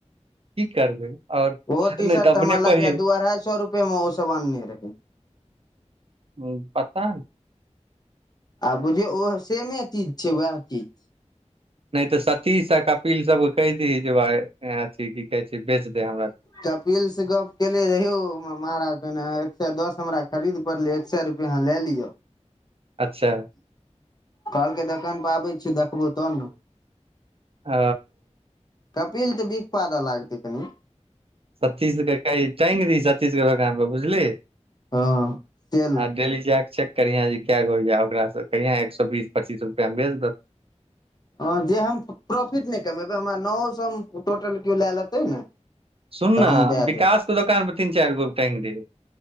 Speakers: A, on the right (about 55°); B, on the left (about 35°).
A: की करबै आओर
B: ओहो टी
A: नहि
B: शर्ट
A: अपने
B: तऽ हमरा
A: पहिर
B: लागैय दू अढ़ाई सए रुपए मे ओ सब आनने रहय
A: ह पता
B: आ बुझियौ ओ सेमे चीज छै वएह चीज
A: नहि तऽ सतीस आ कपिल सब के कहि दही जे भाय अथी की कहै छै बेच देै हमरा
B: कपिल से गप केलिय रयौ हम महाराजने एक सए दस हमरा खरीद पड़लै एक सए रुप अहाँ ले लियौ
A: अच्छा
B: कहलकै दोकान पर आबै छी देखबौ तब ने
A: ओ
B: कपिल तऽ बिख पादऽ लागतै कनि
A: सत्ततीश के कही टाइंग दही सतीश के दोकान पर बुझली
B: हँ सेल
A: आ डेली जायके चेक करिहं जे क गो होय ओकास से कहं एक सए बीस पच्चीस रुपआ मिलतौ
B: हँ जे हम प्रॉफिट नहि कमेबै, तऽ हमरा नओ सएमे टोटल केओ लए लेतै ने?
A: सुननऽ,
B: तऽ हम दए
A: विकासक
B: देब
A: दोकान पर तीन चारि गो टग देब,